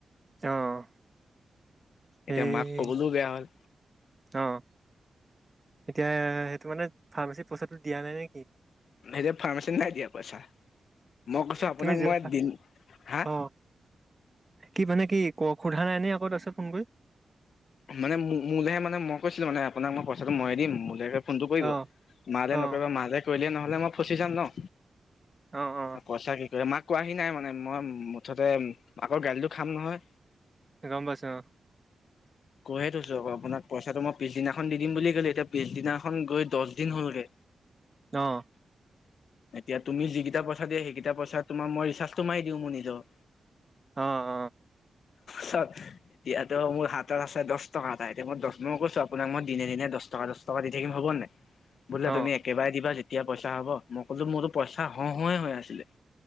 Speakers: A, on the right; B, on the left.
A: অঁ, এই
B: এতিয়া মাক কবলৈও বেয়া হ'ল
A: অঁ, এতিয়া সেইটো মানে ফাৰ্মাচী পইচাটো দিয়া নাই নেকি?
B: এতিয়া ফাৰ্মাচীত নাই দিয়া পইচা। মই কৈছো আপোনাক,
A: তুমি যোৱা-
B: মই দিন হা
A: অ কি মানে কি ক সোধা নাই নে আকৌ তাৰ পিছত ফোন কৰি।
B: মানে মো মোলেহে মানে মই কৈছিলো মানে আপোনাক মই পইচাটো মই দিম মোলে ফোনটো কৰিব,
A: অ
B: মালে
A: অ
B: নকৰিবা মালে কৰিলে নহলে মই ফচি যাম ন।
A: অঁ অঁ
B: কৈছা কি কয়, মাক কোৱাহি নাই মানে মই মুঠতে আকৌ গালিটো খাম নহয়।
A: গম পাইছোঁ অঁ।
B: কৈয়ে থৈছোঁ আকৌ আপোনাক পইচাটো মই পিছদিনাখন দিম বুলি কলো। এতিয়া পিছদিনাখন গৈ দশ দিন হ'লগে।
A: অঁ
B: এতিয়া তুমি যিগিটা পইচা দিয়া, সেইকেইটা পইচা তোমাৰ মই ৰিচাৰ্জটো মাৰিদিওঁ মোৰ নিজৰ।
A: অঁ
B: <inaudible> এতিয়াতো মোৰ হাতত আছে, দছ টকা এটা এতিয়া মই দছ মই কৈছো আপোনাক মই দিনে দিনে দছ টকা দছ টকা দি থাকিম হবনে নাই, বুলে
A: অ অ
B: তুমি একেবাৰে দিবা যেতিয়া পইচা হ'ব মই ক'লো মোৰতো পইচা হও হয়ে হৈ আছিলে।